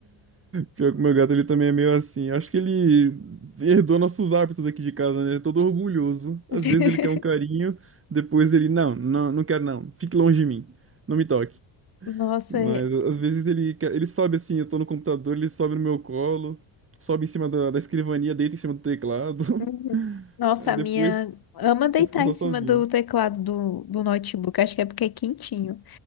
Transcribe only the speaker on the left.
<laughs>
Nossa,
é,
Uhum.
Nossa,
a
minha ama deitar
em
cima
do teclado
do, do notebook. Acho que é porque é quentinho.